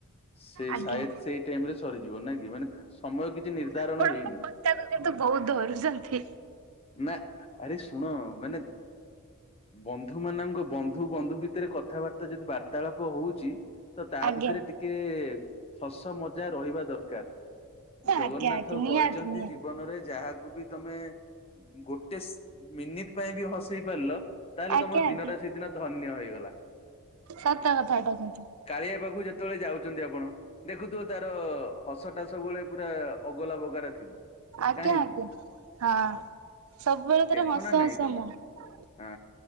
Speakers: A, on the left; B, on the right.
A: ସେ
B: ଆଜ୍ଞା।
A: ସାଇଦ ସେଇ ଟାଇମ ରେ ସରିଯିବ ନାଇ ମାନେ ସମୟ କିଛି ନିର୍ଦ୍ଧାରଣ
B: ଆପଣ
A: ହେଇନି।
B: ମୋ କଥାକୁ କିନ୍ତୁ
A: <inaudible>
B: ବହୁତ ଧରୁଛନ୍ତି।
A: <inaudible> ନା ଆରେ ଶୁଣ ମାନେ ବନ୍ଧୁ ମାନଙ୍କ ବନ୍ଧୁ ବନ୍ଧୁ ଭିତରେ କଥାବାର୍ତ୍ତା ଯଦି ବାର୍ତାଳାପ ହଉଛି। ତ ତା
B: ଆଜ୍ଞା
A: ଭିତରେ ଟିକେ ହସ ମଜା ରହିବା ଦରକାର। ଜଗନ୍ନାଥ
B: ଆଜ୍ଞା ଆଜ୍ଞା ନିହାତି
A: କହିଛନ୍ତି
B: ନିହାତି
A: ଜୀବନରେ ଯାହା ଆରୁ ବି ତମେ ଗୋଟେ ମିନିଟ ପାଇଁ ବି ହସେଇ ପାରିଲ। ତାହେଲେ
B: ଆଜ୍ଞା
A: ତମ ଦିନଟା
B: ଆଜ୍ଞା।
A: ସେଦିନ ଧନ୍ୟ ହେଇଗଲା।
B: ସତ କଥାଟା କି
A: କାଳିଆ ପାଖକୁ ଯେତେବେଳେ ଯାଉଛନ୍ତି ଆପଣ ଦେଖୁଥିବ ତାର ହସଟା ସବୁବେଳେ ପୁରା ଅଗଲା ବଗାର ଥିବ।
B: ଆଜ୍ଞା
A: କାହିଁକି
B: ଆଜ୍ଞା ହଁ ସବୁବେଳେ
A: ଦେଖ
B: ତାର ହସ
A: ନା ନାଇଁ
B: ହସ
A: ତମେ
B: ମୁହଁ।
A: ହଁ